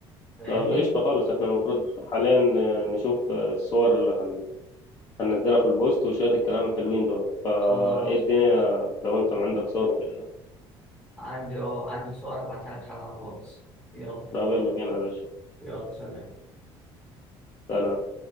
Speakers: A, in the centre; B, on the left (about 30°).
A: فاهمني؟
B: لو قشطة خالص احنا المفروض حاليا نشوف الصور اللي هن... هننزلها في البوست وشوية الكلام الحلوين دول فايه
A: خلاص
B: الدنيا
A: ماشي
B: لو انت عندك صور وكده
A: عندي اه عندي صور هبعتها لك على الواتس يلا
B: طب يلا بينا يا باشا
A: يلا سلام
B: سلام.